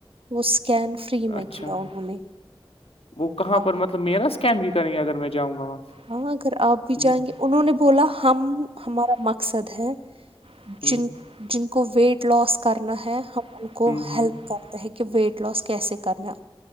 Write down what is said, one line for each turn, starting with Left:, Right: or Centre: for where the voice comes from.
Right: وہ اسکین فری میں
Left: اچھا
Right: کیا انہوں نے-
Left: وہ کہاں
Right: ہاں
Left: پر مطلب میرا اسکین بھی کریں گے اگر میں جاؤں گا وہاں-
Right: ہاں اگر آپ بھی
Left: ہ
Right: جائیں گے انہوں نے بولا ہم ہمارا مقصد ہے-
Left: ہمم
Right: جن جن کو ویٹ لاس کرنا ہے ہم ان کو
Left: ہ ہ
Right: ہیلپ کرتا ہے کہ ویٹ لاس کیسے کرنا